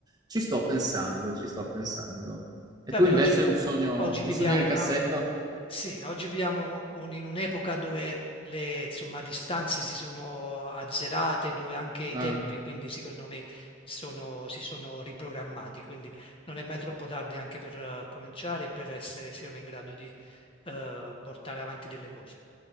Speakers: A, on the right (about 20°); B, on the left (about 25°).
A: ci sto pensando, ci sto pensando. E
B: Vabbè,
A: tu invece
B: oggi,
A: un sogno,
B: oggi viviamo
A: un sogno nel
B: una...
A: cassetto?
B: Sì, oggi viviamo un- in un'epoca dove le, insomma, distanze si sono azzerate, dove anche i
A: Ah,
B: tempi, quindi secondo me, sono- si sono riprogrammati. Quindi non è mai troppo tardi anche per eh, cominciare e per essere, secondo me, in grado di eh, portare avanti delle cose.